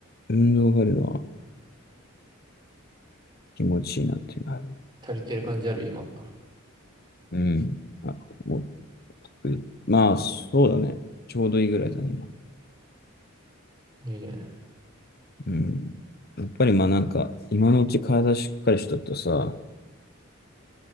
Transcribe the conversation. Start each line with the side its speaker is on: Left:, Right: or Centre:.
Left: 運動があるのは気持ちいいなっていうのはある。
Right: 足りてる感じある、今。
Left: うん。あ、もう、まあ、そうだね。ちょうどいいぐらいだね、今。
Right: いいね。
Left: うん。やっぱりまあなんか、今のうち体しっかりしとくとさ、